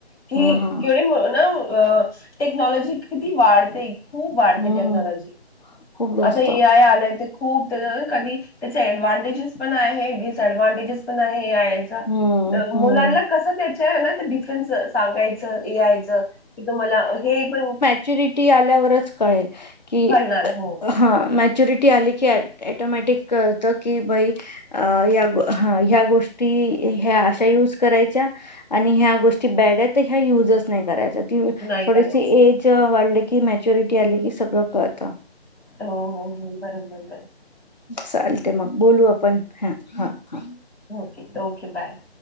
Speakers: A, on the left; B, on the left.
A: कि
B: हा हा.
A: केवढे ना अ टेक्नॉलॉजी किती वाढते खूप वाढते
B: हम्म
A: टेक्नॉलॉजी
B: खूप जास्त
A: आता ए आय आलंय ते खूप कधी त्याचे ऍडव्हानटेजेस पण आहे डिसऍडव्हानटेजेस पण आहे याचा
B: हम्म
A: तर
B: हम्म
A: मुलांना कसं त्याच्या ना डिफरन्स सांगायचं यायचं की तुम्हाला हे पण
B: ऍकचूली ती आल्यावरंच कळेल की
A: कळणार हो
B: हा मॅच्युरिटी आली की ॲ ॲटोमॅटिक काय होतं की बाई अ या ह्या गोष्टी ह्या अशा युज करायच्या आणि ह्या गोष्टी बॅड आहेत तर ह्या यूजच नाही करायचं
A: नाही
B: थोडी
A: करायचं
B: एज वाढली की मॅच्युरिटी आली की सगळं कळत
A: हो हो हो बरोबर बर
B: चालतंय मग बोलू आपण हा हा हा
A: ओके ओके बाय